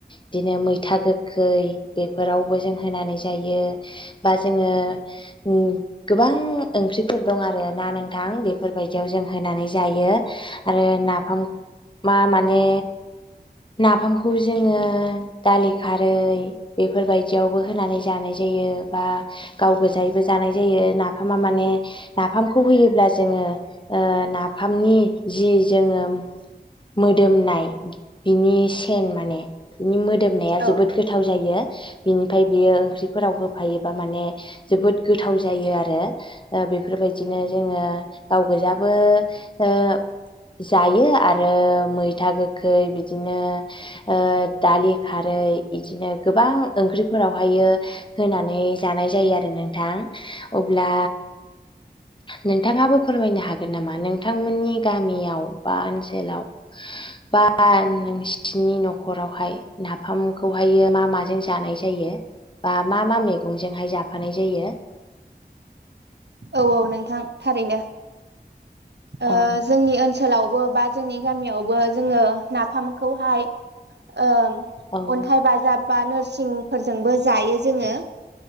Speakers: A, on the left; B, on the right.
A: बिदिनो मैथा गोखै बेफोराव बो जों हानानै जायो बा जोंङो ओम गोबां ओंख्रिफोर दं आरो ना नोंथां बेफोरबायदियाव जों होनानै जायो आरो नफामा माने नाफामखौ जोंङो दालि खारै बेफोरबाय बिदियावबो होनानै जानाय जायो बा गाव गोजायैबो जानाय जायो नाफामा माने नाफामखौ होयोब्ला जोंङो ओ नाफामनि जि जोंङो मोदोमनाय बिनि सेन माने बिनि मोदोमनाया
B: औ
A: जोबोद गोथाव जायो। <inaudible> बिनिफ्राय बेयो ओंख्रि फोराव होफायोबा माने जोबोद गोथाव जायो आर रो बेफोरबायदिनो जोंङो गाव गोजाबो ओ जायो आरो मैथा गोखै बिदिनो ओ दालि खारै इदिनो गोबां ओंख्रिफोराव हायो होनानै जानाय जायो आरो नोंथां अब्ला नोंथाङाबो फोरमायनो हागोन नामा नोंथांमोननि गामियाव बा ओनसोलाव बा नोंसिनि नखरावहाय नाफामखौहाय मा माजों जानाय जायो बा मा मा मैगं जोंहाइ जाफानाय जायो?
B: औ औ नोंथां थारैनो ओ
A: औ
B: जोंनि ओनसोलाव ग बा जोंनि गामियावबो जोंङो नाफामखौहाय ओ
A: औ
B: अन्थाइ बाजाब बा नोर सिंफोरजोंबो जायो जोंङो।